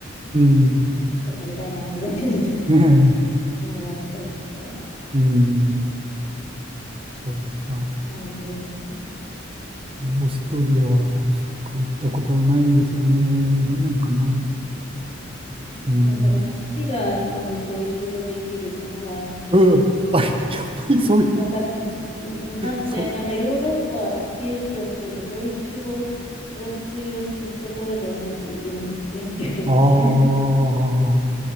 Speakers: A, on the right; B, on the left.
A: うん。
B: 食べたいな、みたいな感じで
A: ねえ。
B: 花があったりとかっ
A: うん、そうですか。
B: て感じですね。
A: オーストリアはそっか行ったことないんですよね。どんなのかな。うん。
B: なんかまあ父がそのドイツ語できるから、
A: うん。あ、やっぱりそういう、
B: なんかそ、なのでなんかヨーロッパ行けるとしてもドイツ語が通用するところじゃないといけないですね、
A: そう。
B: <laughs> 逆に。
A: あー
B: <laughs>